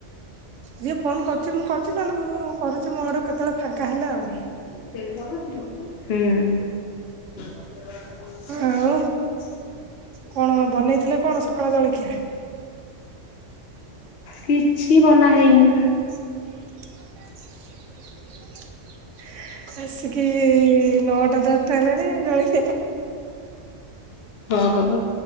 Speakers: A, on the right (about 80°); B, on the left (about 60°).
A: ଯିଏ ଫୋନ କ ଯେ ମୁଁ କରୁଚି ନହେଲେ ମୁଁ କରୁଚି ମୋ ଆଡୁ କେତେବେଳେ ଫାଙ୍କା ହେଲେ ଆଉ।
B: ହୁଁ। <inaudible>
A: ଆଉ କଣ ବନେଇଥିଲେ କଣ ସକାଳ ଜଳିଖିଆ।
B: କିଛି ବନା ହେଇନି।
A: <inaudible> ଆସିକି ନଅଟା ଦଶଟା ହେଲାଣି ଜଳି
B: ହଁ ହଁ